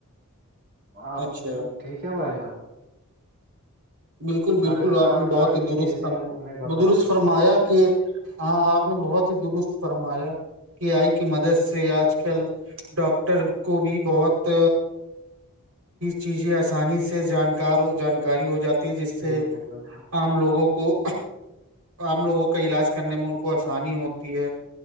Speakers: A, on the right; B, on the right.
A: آپ
B: اچھا
A: ٹھیک ہے بھائی جان
B: بالکل بالکل
A: اگر
B: آپ
A: کاروبار
B: نے بہت ہی
A: میں
B: درست
A: کیسے ہیں وہ میں بتاؤں
B: درست
A: گا
B: فرمایا کہ ہاں آپ نے بہت ہی درست فرمایا کی آئی کی مدد سے آج کل ڈاکٹر کو بھی بہت چیزیں آسانی سے جانکار جانکاری ہو جات جس سے
A: بالکل بالکل
B: عام لوگوں کو عام لوگوں کا علاج کرنے میں ان کو آسانی ہوتی ہے